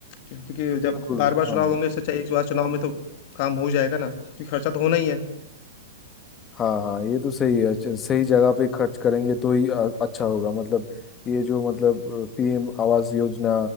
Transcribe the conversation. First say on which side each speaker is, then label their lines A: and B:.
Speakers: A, on the left (about 45°); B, on the left (about 20°).
A: क्योंकि जब
B: बिल्कुल
A: बार बार चुनाव
B: हाँ
A: होंगे इससे अच्छा एक बार चुनाव में तो काम हो जाएगा ना क्योंकि खर्चा तो होना ही है
B: हाँ हाँ ये तो सही है अच्छा, सही जगह पे खर्च करेंगे तो ही अ- अच्छा होगा मतलब ये जो मतलब पीएम आवास योजना